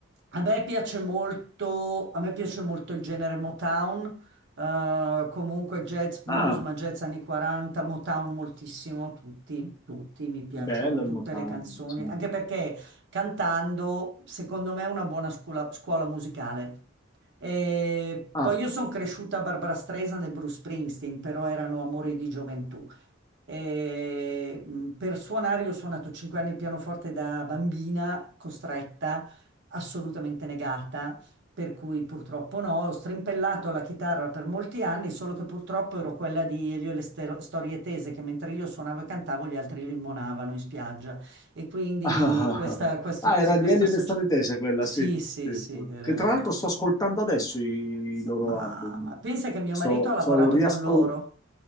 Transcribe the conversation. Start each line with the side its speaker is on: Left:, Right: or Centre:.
Right: a me piace molto, a me piace molto il genere Motown eh, comunque jazz, blues,
Left: Ah,
Right: ma jazz anni 40, Motown moltissimo, tutti, tutti, mi piacciono
Left: bello
Right: tutte
Left: il Motown,
Right: le canzoni,
Left: sì.
Right: anche perché cantando, secondo me, è una buona scuola, scuola musicale. E
Left: Ah,
Right: poi io sono cresciuta a Barbra Streisand e Bruce Springsteen, però erano amori di gioventù. Eh, mh, per suonare, io ho suonato 5 anni il pianoforte da bambina, costretta, assolutamente negata, per cui purtroppo no. Ho strimpellato la chitarra per molti anni, solo che purtroppo ero quella di Elio e le stero- storie tese, che mentre io suonavo e cantavo, gli altri limonavano in spiaggia. E quindi
Left: Ah,
Right: questa, questo
Left: ah,
Right: così,
Left: era
Right: questa
Left: di Elio
Right: associazione.
Left: e le Strane Tese quella,
Right: Sì,
Left: sì.
Right: sì,
Left: Sì,
Right: sì.
Left: sì.
Right: eh,
Left: Che tra l'altro sto ascoltando adesso i, i loro
Right: ma,
Left: album.
Right: ma pensa che mio
Left: Sto,
Right: marito ha lavorato
Left: sto riascoltando.
Right: con loro.